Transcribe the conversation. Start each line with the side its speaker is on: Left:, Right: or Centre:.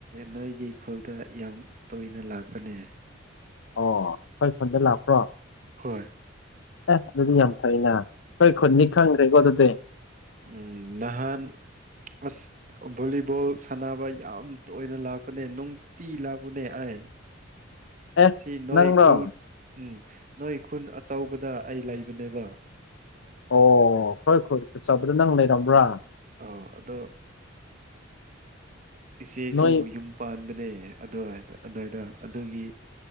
Right: ꯅꯣꯏ ꯑꯩꯒꯤ ꯏꯈꯣꯜꯗ ꯌꯥꯝ ꯇꯣꯏꯅ ꯂꯥꯛꯄꯅꯦ
Left: ꯑꯣ ꯑꯩꯈꯣꯏ ꯈꯨꯣꯟꯗ ꯂꯥꯛꯄ꯭ꯔꯣ
Right: ꯍꯣꯏ
Left: ꯑꯗꯨꯗꯤ ꯌꯥꯝ ꯐꯩꯅ ꯑꯩꯈꯣꯏ ꯈꯨꯠꯅꯤ ꯈꯪꯗ꯭ꯔꯦꯀꯣ ꯑꯗꯨꯗꯤ
Right: ꯎ ꯅꯍꯥꯟ ꯑꯁ ꯚꯣꯂꯤꯕꯣꯜ ꯁꯥꯟꯅꯕ ꯌꯥꯝ ꯇꯣꯏꯅ ꯂꯥꯛꯄꯅꯦ ꯅꯨꯡꯇꯤ ꯂꯥꯛꯄꯅꯦ ꯑꯩ ꯎꯝ
Left: ꯑꯦ
Right: ꯁꯤ ꯅꯣꯏ
Left: ꯅꯪꯔꯣ
Right: ꯈꯨꯜ ꯎꯝ ꯅꯣꯏ ꯈꯨꯟ ꯑꯆꯧꯕꯗ ꯑꯩ ꯂꯩꯕꯅꯦꯕ
Left: ꯑꯣ ꯑꯩꯣꯏ ꯍꯣꯏ ꯈꯨꯠ ꯆꯕꯗ ꯅꯪ ꯂꯩꯔꯝꯕ꯭ꯔꯥ
Right: ꯑ ꯑꯗꯣ ꯏꯆꯦꯁꯨ
Left: ꯅꯣꯏ
Right: ꯌꯨꯝ ꯄꯥꯟꯕ ꯅ ꯑꯗꯨꯏ ꯑꯗꯨꯏꯗ ꯑꯗꯨꯒꯤ